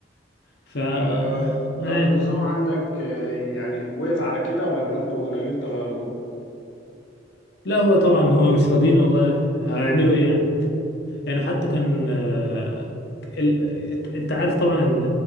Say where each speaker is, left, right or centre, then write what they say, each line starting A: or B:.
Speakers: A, on the left (about 60°); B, on the left (about 75°).
A: ف
B: آه،
A: أنا...
B: طب النظام عندك آه، يعني وقف على كده ولا انتوا ناويين تغيروه؟
A: لا هو طبعا هو مش راضيين والله هيعملوا ايه يعني يعني حتى كان آه، ال... انت عارف طبعا إن